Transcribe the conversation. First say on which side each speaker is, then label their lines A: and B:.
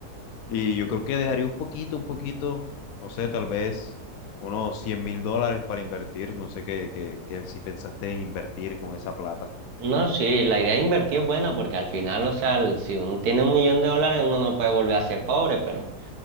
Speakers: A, on the left; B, on the right.
A: Y yo creo que dejaría un poquito, un poquito, no sé, tal vez unos cien mil dólares para invertir, no sé qué, qué, qué si pensaste en invertir con esa plata.
B: No, sí, la idea de invertir es buena porque al final, o sea, el- si uno tiene un millón de dólares, uno no puede volver a ser pobre, pero